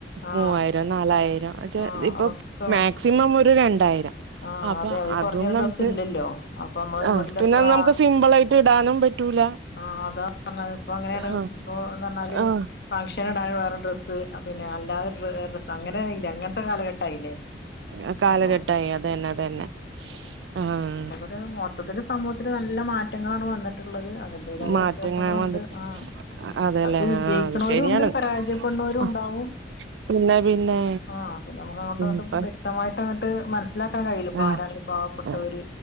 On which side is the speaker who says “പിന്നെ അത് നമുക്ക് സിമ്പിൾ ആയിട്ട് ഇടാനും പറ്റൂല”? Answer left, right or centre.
Right